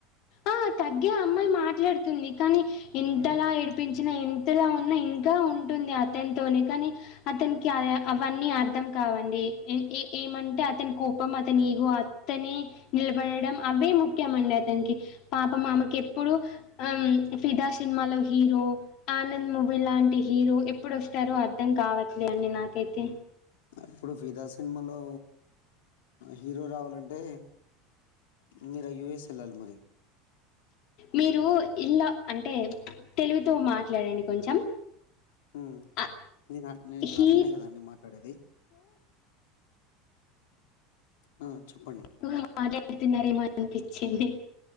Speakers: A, on the left; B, on the left.
A: ఆ తగ్గే అమ్మాయి మాట్లాడుతుంది కనీ ఇంతలా
B: హ్మ్.
A: ఏడిపించి చ్చిన ఎంతలా ఉన్నా ఇంకా ఉంటుంది అతనితోనే కానీ అతనికి అవన్నీ అర్థం కావండి ఏ ఏమంటే అతని కోపం అతని ఈగు అత్తనే నిలబడడం అవే ముఖ్యంమండి అతనికి పాపం ఆమెకు ఎప్పుడు ఆ ఫిదా సినిమాలో హీరో ఆనంద్ మూవీ లాంటి హీరో ఎప్పుడు వస్తారో అర్థం కావట్లే అండి నాకైతే
B: ఇప్పుడు ఫిదా సినిమాలో హీరో రావాలంటే మీరు యుఎస్ వెళ్ళాలి మరి
A: మీరు ఇల్లా అంటే తెలువితో మాట్లాడండి కొంచెం
B: ఉమ్
A: ఆ
B: నీదా నేన్ ఇప్పుడట్లనే
A: హీరో
B: కదండి మాట్లాడేది ఆ చెప్పండి.
A: హుమ్ మాట్లాడె వెళ్తున్నారేమో అనిపిచ్చింది